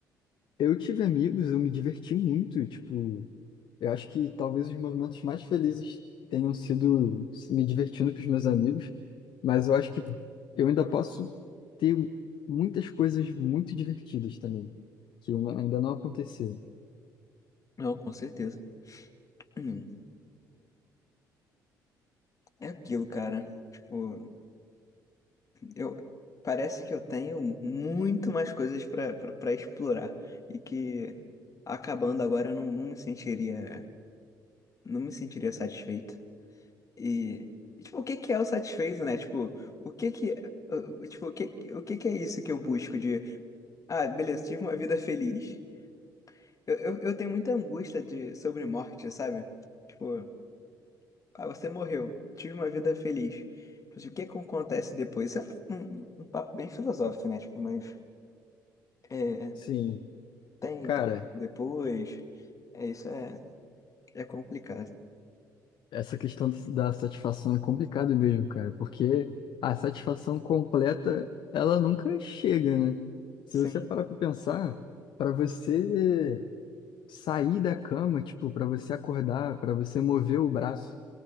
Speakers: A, on the left; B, on the left.
A: Eu tive amigos, eu me diverti muito, tipo, eu acho que talvez os momentos mais felizes tenham sido me divertindo com os meus amigos, mas eu acho que eu ainda posso ter muitas coisas muito divertidas também, que não- ainda não aconteceram.
B: Não, com certeza. Hum, É, é aquilo, cara. Tipo, eu parece que eu tenho muito mais coisas pra pra- pra explorar e que acabando agora eu não, não me sentiria não me sentiria satisfeito. E, e, tipo, o que que é o satisfeito, né? Tipo, o que que uh, tipo, o que que- o que que é isso que eu busco de Ah, beleza, tive uma vida feliz. Eu, eu, eu tenho muita angústia de, sobre morte, sabe? Tipo, ah, você morreu, tive uma vida feliz. Mas o que que acontece depois? Isso é um, um papo bem filosófico, né? Tipo, mas é,
A: Sim,
B: tem,
A: cara,
B: tem depois. É, isso é, é complicado.
A: essa questão da satisfação é complicado mesmo, cara, porque a satisfação completa, ela nunca chega, né? Se
B: Sim,
A: você parar pra pensar, pra você. sair da cama, tipo, para você acordar, para você mover o braço,